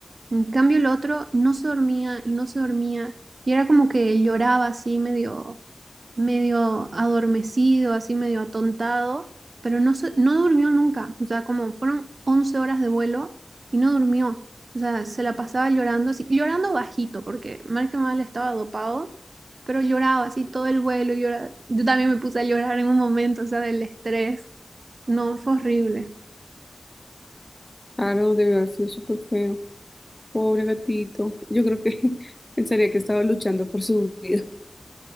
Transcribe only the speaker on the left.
Ah no, debe haber sido súper feo. Pobre gatito. Yo creo que <laughs> pensaría que estaba luchando por su vida. <laughs>